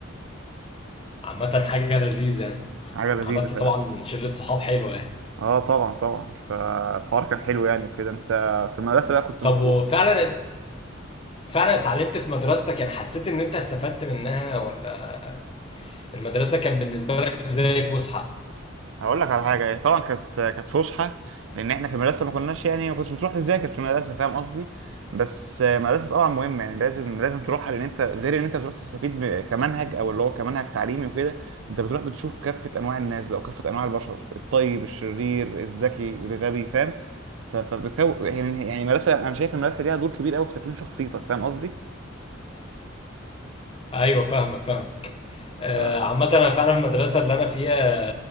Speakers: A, on the left; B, on the right.
A: عامة حاجة لذيذة يعني.
B: حاجة لذيذة
A: عملت
B: فعلا
A: طبعا شلة صحاب حلوة يعني
B: اه طبعا طبعا فالحوار كان حلو يعني وكده أنت في المدرسة بقى كنت
A: طب
B: مطلوب
A: وفعلا فعلا اتعلمت في مدرستك يعني حسيت ان انت استفدت منها ولا المدرسة كان بالنسبة لك زي فسحة
B: هقول لك على حاجه إيه، طبعا كانت كانت فسحه لان احنا في المدرسه ما كناش يعني ما كنتش بتروح تذاكر في المدرسه فاهم قصدي بس آه، المدرسه طبعا مهمه يعني لازم لازم تروحها لان انت غير ان انت بتروح تستفيد ب- كمنهج او اللي هو كمنهج تعليمي وكده انت بتروح بتشوف كافه انواع الناس بقى وكافه انواع البشر الطيب الشرير الذكي الغبي فاهم ف- فبتكون يعني يعني المدرسه انا شايف المدرسه ليها دور كبير قوي في تكوين شخصيتك فاهم قصدي
A: ايوه فاهمك فاهمك آه،
B: ف-
A: عامة انا فعلا في المدرسة اللي انا فيها